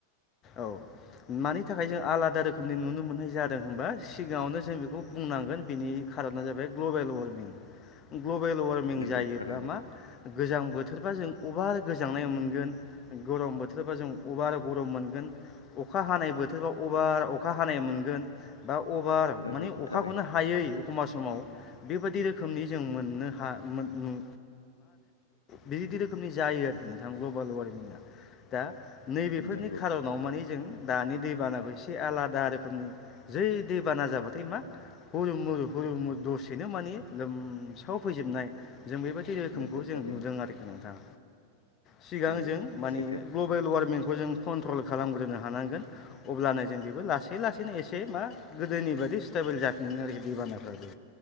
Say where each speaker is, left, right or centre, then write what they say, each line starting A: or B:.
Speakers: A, on the left; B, on the left.
A: औ मानि थाखाय जों आलादा रोखोमनि नुनो मोननाय जादों होनबा सिगाङावनो जों बेखौ बुंनांगोन बिनि खारना जाबाय ग्लबेल वारमिं। ग्लबेल वारमिं
B: नंगौ
A: जायोब्ला
B: थारैनो
A: मा गोजां बोथोरबा जों अभार गोजांनाय मोनगोन गरम बोथोरबा जों अभार गरम मोन गोन अखा हानाय बोथोरबा अभार अखा हानाय मोनगोन। बा अभार
B: नंगौ
A: मानि अखाखौनो
B: थारैनो
A: हायै एखमबब्ला समाव बेबाददि रोखोमनि जों मोननो हा मा होनो बिबायदि रोखोमनि जायो आरो। नोंथां ग्लबेल वारमिंआ दा नैबेफोरनि
B: नंगौ
A: खार'नाव माने जों दानि दैबानाखौ एसे आलादा रोखोमनि जै दैबाना जाबा मा हुलमुल हुलमुल दसे बेनो माने लोमसाव फैजोबनाय जों बेबायदि रोखोमखौ
B: नंगौ
A: जों
B: थारैनो
A: नुदों आरोखि नोंथां। सिगां
B: नंगौ
A: जों माने
B: सैथो
A: ग्लबेल वार्मिंखौ जों कन्ट्रल खालामग्रोनो हानांगोन अब्लानो जों बेबो लासै लासैनो एसे मा गोदोनि बायदि स्टाइप <unintelligible> जाफिगोन आरोखि दैबानफ्राबो।